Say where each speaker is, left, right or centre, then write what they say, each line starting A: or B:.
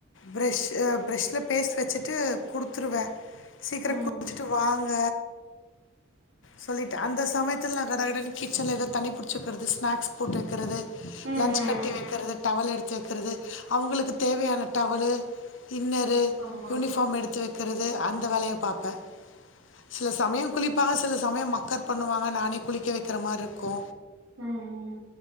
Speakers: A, on the left (about 70°); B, on the right (about 80°).
A: ப்ரெஷ் அ ப்ரெஷ்ல பேஸ்ட் வெச்சுட்டு குடுத்துருவே சீக்கிரோ
B: ம் ம்
A: குளிச்சுட்டு வாங்க சொல்லிட்டு அந்த சமயத்துல நா கடகடனு கிச்சன்ல எதோ தண்ணி புடிச்சு வெக்கறது ஸ்னாக்ஸ் போட்டு வெக்கறது
B: ம்
A: லன்ச் கட்டி
B: ம்
A: வெக்கறது டவல் எடுத்து வெக்கறது அவுங்களுக்கு தேவையான டவலு இன்னரு
B: ஆமா
A: யூனிஃபார்ம் எடுத்து வெக்கறது அந்த வேலைய பாப்ப சில சமயோ குளிப்பாங்க சில சமயோ மக்கர் பண்ணுவாங்க நானே குளிக்க வெக்கற மாரி இருக்கு
B: ம் ம்